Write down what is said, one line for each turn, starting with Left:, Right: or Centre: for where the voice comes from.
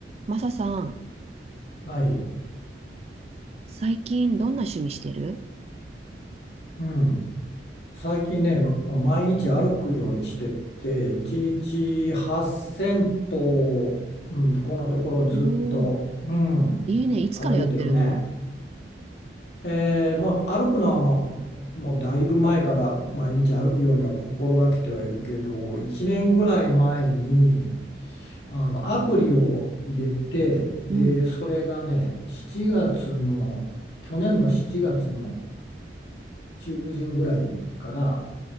Right: マサさん、
Left: はい、
Right: 最近どんな趣味してる
Left: うん、最近ね、もう毎日歩くようにしてて、1日8000歩、うん、このところずっと、
Right: おー、
Left: うん、
Right: いいね。いつからやってるの
Left: 歩いてるね。えーもう歩くのは、まあ、もうだいぶ前から毎日歩くようには心がけてはいるけど、1年ぐらい前に
Right: え
Left: あのアプリを入れて、で、
Right: うん。
Left: それがね、7月の、去年の7月の中旬ぐらいから、